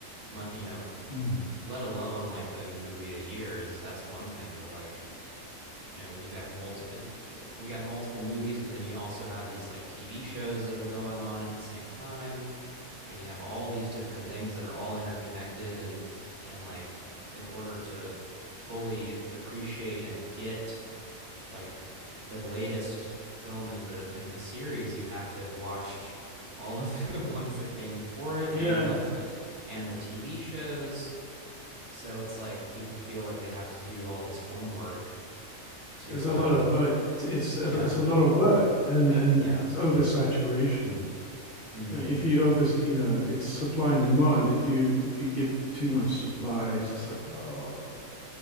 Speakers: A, on the right; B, on the left.
A: you know
B: Mm.
A: let alone like a movie a year is that's one thing but like you know when you got multiple we got multiple movies but then you also have these like TV shows that are going on at the same time and you have all these different things that are all interconnected and and like in order to fully appreciate and get like the latest film in the in the series you have to have watched all of <laughs> the ones that came before it
B: yeah.
A: and like the and the TV shows so it's like people feel like they have to do all this homework to
B: It's a
A: uh
B: lot of uh, it's it's it's
A: yeah
B: it's a lot of work, and and
A: yeah
B: it's oversaturation.
A: mm.
B: Uh, If you over, you know, it's supply and demand. If you if you give too much supply, it's just like oh,